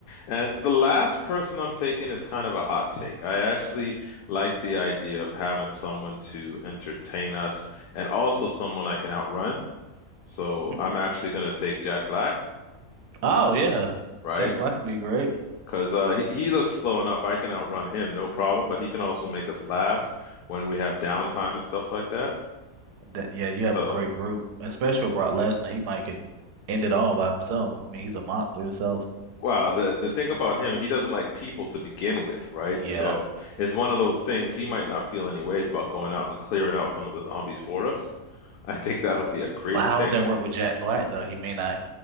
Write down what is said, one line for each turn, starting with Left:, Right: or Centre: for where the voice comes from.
Left: And the last person I'm taking is kind of a hot take. I actually like the idea of having someone to entertain us and also someone I can outrun. So
Right: <laughs>
Left: I'm actually going to take Jack Black,
Right: Oh, yeah.
Left: right?
Right: Jack Black would be great.
Left: Because uh, he, he looks slow enough. I can outrun him, no problem, but he can also make us laugh when we have downtime and stuff like that.
Right: That, yeah, you have
Left: So
Right: a great group, especially with Brock Lesnar. He might can end it all by himself. I mean, he's a monster himself.
Left: Well, the the thing about him, he doesn't like people to begin with, right?
Right: Yeah.
Left: So it's one of those things he might not feel any ways about going out and clearing out some of the zombies for us. <laughs> I think that'll be a great
Right: But how
Left: pick.
Right: would that work with Jack Black, though? He may not